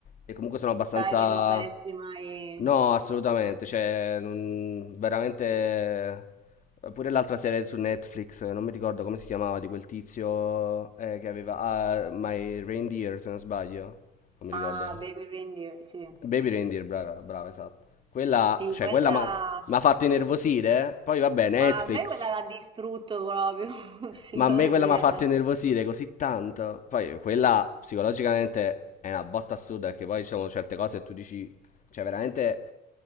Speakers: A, on the left; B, on the right.
A: e comunque sono abbastanza...
B: Sai che non faresti mai...
A: No, assolutamente, cioè, non- veramente... Pure l'altra serie su Netflix, non mi ricordo come si chiamava, di quel tizio eh, che aveva... Ah, My Reindeer, se non sbaglio, non mi
B: Ah,
A: ricordo.
B: Baby Reindeer, sì.
A: Baby Reindeer, brava, brava, esatto. Quella,
B: Sì,
A: cioè,
B: quella...
A: quella mi ha fatto innervosire. Poi, vabbè, Netflix.
B: Ma a me quella l'ha distrutto proprio <laughs> psicologicamente.
A: Ma a me quella mi ha fatto innervosire così tanto. Poi quella psicologicamente è una botta assurda perché poi ci sono certe cose e tu dici, cioè veramente